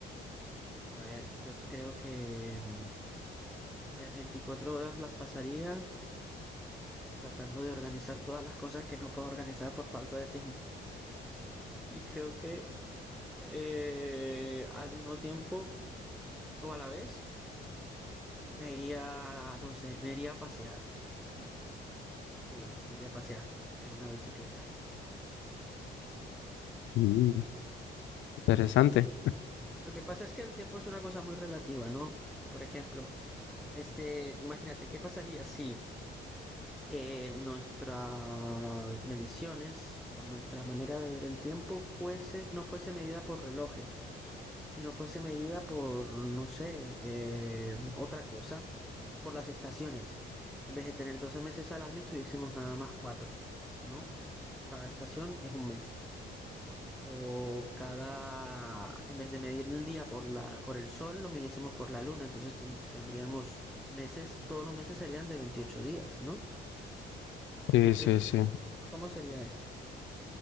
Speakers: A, in the centre; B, on the left.
A: A ver, yo creo que mm, las 24 horas las pasaría tratando de organizar todas las cosas que no puedo organizar por falta de tiempo. <laughs> Y creo que eh, al mismo tiempo o a la vez me iría, no sé, me iría a pasear. Sí, me iría a pasear en una bicicleta.
B: Mm, Interesante.
A: Lo que pasa es que el tiempo es una cosa muy relativa, ¿no? Por ejemplo, este, imagínate, ¿qué pasaría si eh, nuestras mediciones o nuestra manera de ver el tiempo fuese, no fuese medida por relojes, sino fuese medida por, no sé, eh, otra cosa, por las estaciones. En vez de tener 12 meses al año, tuviésemos nada más cuatro, ¿no? Cada estación es un mes. O cada, en vez de medir el día por la, por el sol, lo midiésemos por la luna. Entonces ten- tendríamos meses, todos los meses serían de 28 días, ¿no?
B: Sí,
A: ¿Qué crees?
B: sí,
A: que-
B: sí.
A: ¿Cómo sería esto?